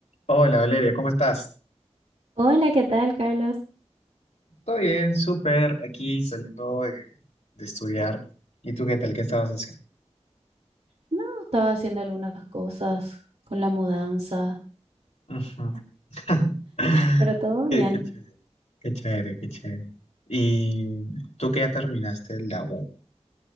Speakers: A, on the left; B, on the right.
A: Hola Valeria, ¿cómo estás?
B: Hola, ¿qué tal, Carlos?
A: Todo bien, súper, aquí saliendo de, de estudiar. ¿Y tú qué tal? ¿Qué estabas haciendo?
B: No, estaba haciendo algunas cosas con la mudanza,
A: Ujú. <laughs>
B: pero todo
A: Qué,
B: bien.
A: qué chévere, qué chévere, qué chévere. ¿Y tú que ya terminaste la U?